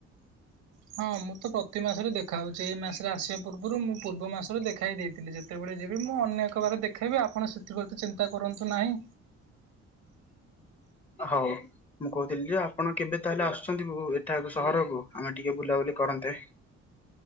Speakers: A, on the right (about 80°); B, on the left (about 20°).
A: ହଁ ମୁଁ ତ ପ୍ରତି ମାସରେ ଦେଖା ହଉଚି ଏଇ ମାସରେ ଆସିବା ପୂର୍ବରୁ ମୁଁ ପୂର୍ବ ମାସରେ ଦେଖାଇ ଦେଇଥିଲି ଯେ କେତେବେଳେ ଯିବି ମୁଁ ଅନ୍ୟ ଏକ ବାରେ ଦେଖାଇବି ଆପଣ ସେଥିପ୍ରତି ଚିନ୍ତା କରନ୍ତୁ ନାହିଁ।
B: ହଉ। ମୁଁ କହୁଥିଲି ଯେ ଆପଣ କେବେ ତାହେଲେ ଆସୁଛନ୍ତି ଏଠା ସହରକୁ ଆମେ ଟିକେ ବୁଲାବୁଲି କରନ୍ତେ।